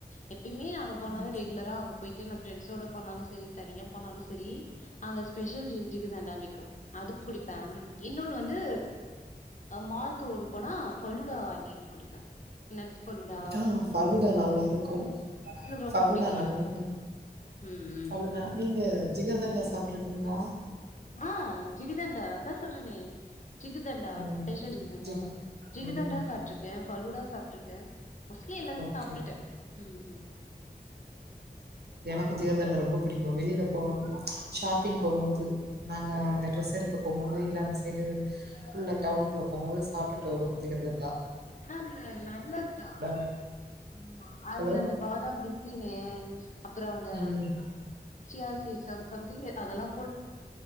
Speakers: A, on the left; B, on the right.
A: ப்பியுமே அங்க போனாதா
B: ஓகே
A: ரெகுலரா அங்க போயிட்டு எ ஃபிரண்ட்ஸோட போனாலு சரி தனியா போனாலு சரி அங்க ஸ்பெஷல் ஜிகு ஜிகர்த்தாண்டா விக்கு அது குடிப்பே இன்னொன்னு வந்து மாலுக்கு ஒன் போனா பலுடா வாங்கி குடிப்பே நட்ஸ் பலுடா
B: ஆ ஃபல்லுடா நல்லா இருக்கு
A: ரொம்ப
B: ஃபல்லுடா
A: புடிக்கு
B: நல்லா
A: எனக்கு ம் ம்
B: ஃபல்லுடா நீங்க ஜிகர் தண்டா சாப்பிட்ருக்கீங்களா ஆ
A: ஆ ஜகிர்தண்டா அதா சொல்றனே ஜிகர் தண்டா
B: ம்
A: ஸ்பெஷல் ஜிகர் தண்டா
B: ஜிக
A: ஜிகிர்தண்டா
B: ம்
A: சாப்பிட்டு இருக்கே ஃபலுடா சாப்பிட்டுருக்கே மோஸ்ட்லி எல்லாமே
B: ஓகே
A: சாப்பிட்டுட்டே ம்
B: ஜிகர் தண்டா ரொம்ப புடிக்கு வெளியில போ ஷாப்பிங் போம்போது நாங்க அங்க டிரரெஸ் எடுக்க போமோது இல்ல அந்தஸ் சடு உள்ள டவுனுக்குள்ள போம்போது சாப்பிட்டுட்டு வருவோ ஜிகர்தாண்டா
A: ஏன்னா அது நல்லதுதா
B: மாரி
A: ஆ அதுல
B: ஹலோ
A: அந்த பாதாம் பிசினு அப்புறோ அந்த
B: ம்
A: சியா சீட்ஸ் சம்திங் அதெல்லாம்